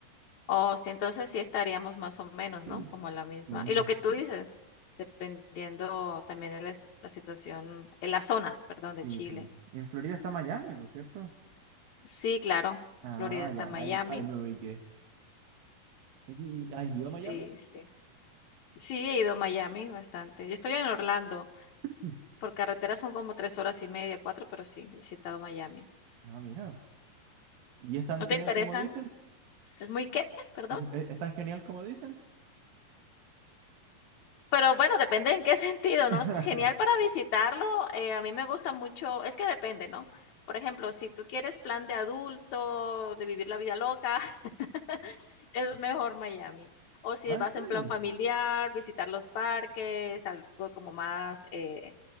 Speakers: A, on the left; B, on the right.
A: Oh, sí, entonces sí estaríamos más o menos,
B: <laughs>
A: ¿no? Como la misma
B: Sí.
A: y lo que tú dices, dependiendo también el es la situación, en la zona, perdón,
B: Sí,
A: de Chile.
B: pues. En Florida está Miami, pues, ¿cierto?
A: Sí, claro,
B: Ah,
A: Florida está
B: ya,
A: Miami.
B: ahí, ahí me ubiqué. Oye, ¿y has ido
A: Sí,
B: a Miami?
A: sí. Sí, he ido a Miami bastante. Yo estoy en Orlando,
B: Mm.
A: por carretera son como 3 horas y media, 4, pero sí, he visitado Miami.
B: Ah, mira. ¿Y es tan
A: ¿No
B: genial
A: te interesa?
B: como dicen?
A: ¿Es muy qué? Perdón.
B: ¿Es, es- es tan genial como dicen?
A: Pero bueno, depende en qué <laughs> sentido, ¿no?
B: <laughs>
A: Es genial para visitarlo, eh, a mí me gusta mucho es que depende, ¿no? Por ejemplo, si tú quieres plan de adulto, de vivir la vida loca, <laughs> es mejor Miami. O si
B: Ah,
A: vas
B: ¿en serio?
A: en plan familiar, visitar los parques, algo como más, eh,